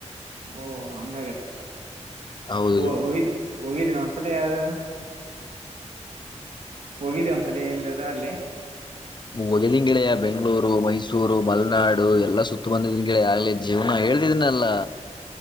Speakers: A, on the right; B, on the left.
A: ಓ ಹಂಗ್ ಆಗ್ಯದ.
B: ಹೌದು
A: ಓ ಹೋಗಿದ್ ಹೋಗಿದೇನ ಒಂದ್ಸಲ ಯಾವ್ದ ಹೋಗಿದೀ ಒಂದ್ಸಲೆ ಎಲ್ಲದ ಅಲ್ಲೇ.
B: ಹೊಗೆದಿನ ಗೆಳೆಯ ಬೆಂಗಳೂರು ಮೈಸೂರು ಮಲ್ನಾಡು ಎಲ್ಲಾ ಸುತ್ತ ಬಂದಿದಿನಿ ಗಳೆಯ ಆಗ್ಲೇ ಜೀವನ ಆ ಹೇಳ್ತಿದೀನಲ್ಲ.